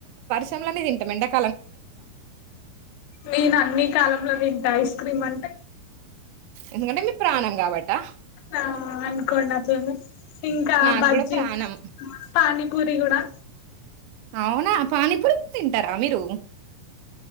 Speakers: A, on the right; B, on the left.
A: ర్షం లనే తింటమ్ ఎండక్
B: నేన్ అన్ని కాలంలో తింట ఐస్ క్రీమ్ అంటే
A: ఎందుకంటే మీ ప్రాణం కావట్టా
B: ఆ అనుకోన్డట్లనే ఇంకా
A: నాకు
B: బజ్జి
A: గూడా ప్రాణం.
B: పానీ పూరి గూడా
A: అవునా పానీపురి తింటారా మీరు